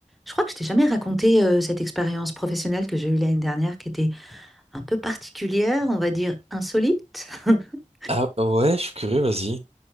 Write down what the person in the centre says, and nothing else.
Je crois que je t'ai jamais raconté, heu, cette expérience professionnelle que j'ai eue l'année dernière qui était un peu particulière, on va dire insolite. <laughs>